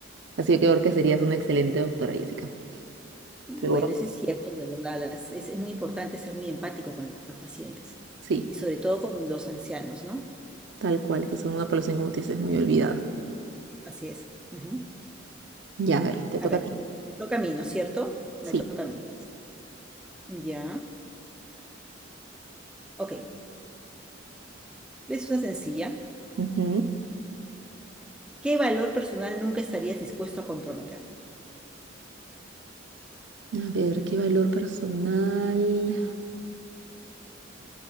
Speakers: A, on the right; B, in the centre.
A: Así que creo que serías una excelente doctora, Jessica.
B: Bueno,
A: Seguro
B: eso
A: que sí.
B: es cierto, de verdad, las- es, es muy importante ser muy empático con los pacientes
A: Sí,
B: y sobre todo con los ancianos, ¿no?
A: tal cual, que son una población, como te dices, muy olvidada.
B: Así es. Ujú.
A: Ya, a ver, te
B: A
A: toca
B: ver,
A: a ti.
B: me toca a mí, ¿no es cierto? Me
A: Sí.
B: toca a mí. Ya, ok. Es una sencilla.
A: Ujú.
B: ¿Qué valor personal nunca estarías dispuesto a comprometer?
A: A ver, ¿qué valor personal?